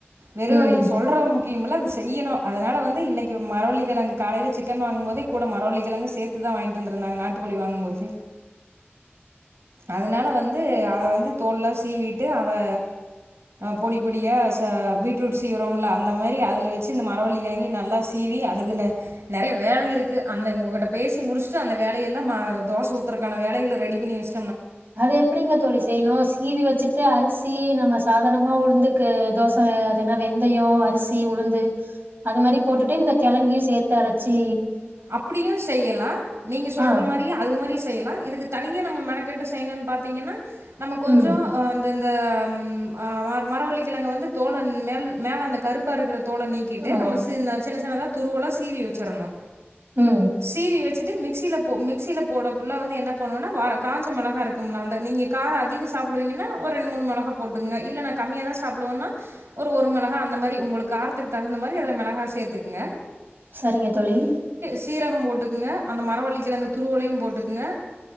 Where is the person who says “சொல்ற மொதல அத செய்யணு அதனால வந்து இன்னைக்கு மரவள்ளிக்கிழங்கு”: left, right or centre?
Right